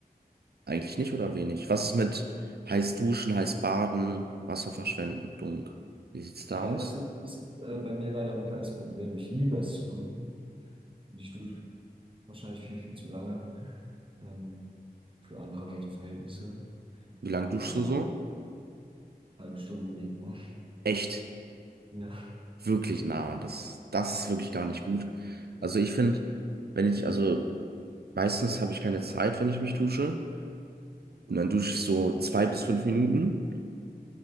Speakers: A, on the right; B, on the right.
A: Eigentlich nicht oder wenig? Was ist mit heiß duschen, heiß baden, Wasserverschwendung? Wie sieht's da
B: Ja,
A: aus?
B: das ist, das ist äh, bei mir leider ein kleines Problem. Ich liebe es zu duschen. Und Ich dusche wahrscheinlich viel, viel zu lange ähm, für andere Leute Verhältnisse.
A: Wie lange duschst
B: Aber
A: du so?
B: halbe Stunde jeden Morgen.
A: Echt,
B: Ja.
A: wirklich nah. Das, das ist wirklich gar nicht gut. Also ich finde, wenn ich, also meistens habe ich keine Zeit, wenn ich mich dusche. Und dann dusche ich so zwei bis fünf Minuten.